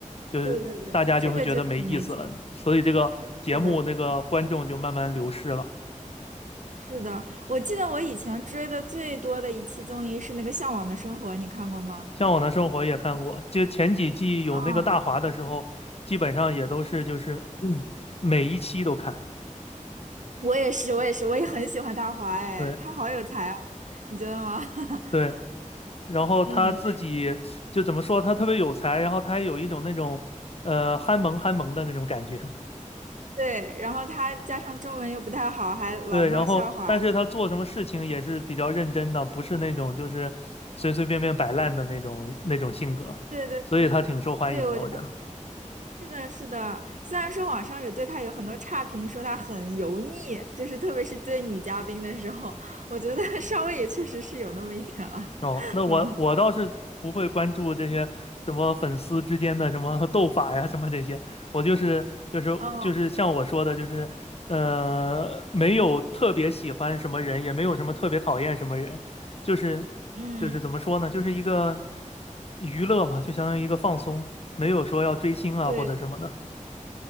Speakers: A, on the left (about 50°); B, on the right (about 65°).
A: 就是大家就会觉得没意思了，
B: 对对对，这个就挺没劲。
A: 所以这个节目那个观众就慢慢流失了。
B: 是的，是的，我记得我以前追的最多的一期综艺是那个《向往的生活》，你看过吗？
A: 向往的生活》也看过，就前几季有那个大华的时候，
B: 嗯，
A: 基本上也都是就是嗯每一期都看。
B: 我也是，我也是，我也很喜欢大华，哎，
A: 对
B: 他好有才哦，你觉得吗？<laughs>
A: 对，然后他自己就怎么说，
B: 嗯。
A: 他特别有才，然后他还有一种那种呃憨萌憨萌的那种感觉。
B: 对，然后他加上中文又不太好，还老闹笑话。
A: 对，然后但是他做什么事情也是比较认真的，不是那种就是随随便便摆烂的那种那种性格，
B: 对对对
A: 所以他挺受欢迎的，
B: 对，我觉得
A: 我觉得。
B: 是的，是的。虽然说网上有对他有很多差评，说他很油腻，就是特别是对女嘉宾的时候，我觉得 <laughs> 稍微也确实是有那么一点了。
A: 哦，
B: <laughs>
A: 那我我倒是不会关注这些什么粉丝之间的什么斗法呀，
B: 嗯，
A: 什么这些。我就是就是就是像我说的，
B: 哦，
A: 就是呃，没有特别喜欢什么人，也没有什么特别讨厌什么人，就是就是怎么说呢，
B: 嗯，
A: 就是一个娱乐嘛，就相当于一个放松，没有说要追星啊或者什么的。
B: 对。